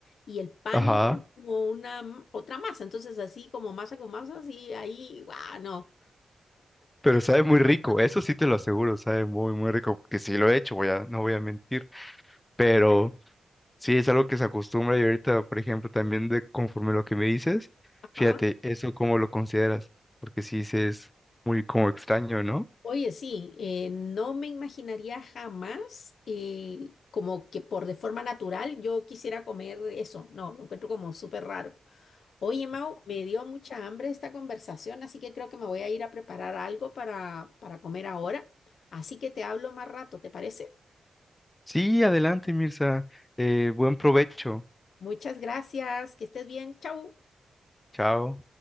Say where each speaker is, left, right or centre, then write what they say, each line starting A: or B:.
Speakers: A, on the left; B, on the left.
A: y el pan
B: ajá,
A: igual es como una m- otra masa. Entonces así como masa con masa, así ahí, guau, no.
B: pero sabe muy rico, eso sí te lo aseguro, sabe muy, muy rico, porque sí lo he hecho, voy a, no voy a mentir, pero sí es algo que se acostumbra y ahorita, por ejemplo, también de conforme lo que me dices,
A: Ajá.
B: fíjate, eso cómo lo consideras, porque sí se es muy como extraño, ¿no?
A: Oye, sí, eh, no me imaginaría jamás eh, como que por de forma natural yo quisiera comer eso. No, lo encuentro como súper raro. Oye, Mau, me dio mucha hambre esta conversación, así que creo que me voy a ir a preparar algo para, para comer ahora. Así que te hablo más rato, ¿te parece?
B: Sí, adelante, Mirza, eh, buen provecho,
A: Muchas gracias, que estés bien, chau.
B: chao.